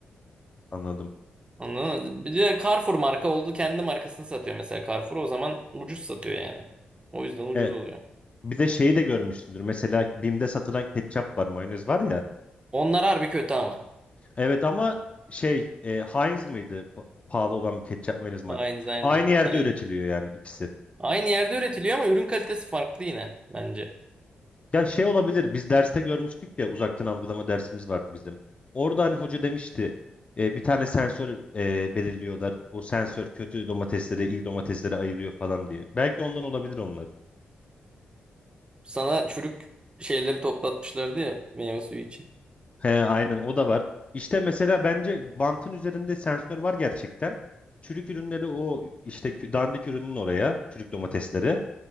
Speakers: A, on the left; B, on the right.
A: Anladım.
B: Anladın mı? Bir de Carrefour marka oldu kendi markasını satıyor mesela Carrefour o zaman ucuz satıyor yani. O yüzden ucuz
A: E,
B: oluyor.
A: bir de şeyi de görmüşsündür. Mesela Bim'de satılan ketçap var, mayonez var ya.
B: Onlar harbi kötü ama.
A: Evet ama şey e, Heinz mıydı? Pa- Pahalı olan bir ketçap mayonez marka.
B: Aynen aynen.
A: Aynı yerde
B: Yani
A: üretiliyor yani ikisi.
B: aynı yerde üretiliyor ama ürün kalitesi farklı yine bence.
A: Ya şey olabilir biz derste görmüştük ya uzaktan algılama dersimiz vardı bizim. Orada hani hoca demişti e, bir tane sensör e, belirliyorlar. O sensör kötü domatesleri iyi domatesleri ayırıyor falan diye. Belki ondan olabilir onlar.
B: Sana çürük şeyleri toplatmışlardı ya meyve suyu için.
A: He, aynen o da var. İşte mesela bence bantın üzerinde sensör var gerçekten. Çürük ürünleri o işte kü- dandik ürünün oraya çürük domatesleri.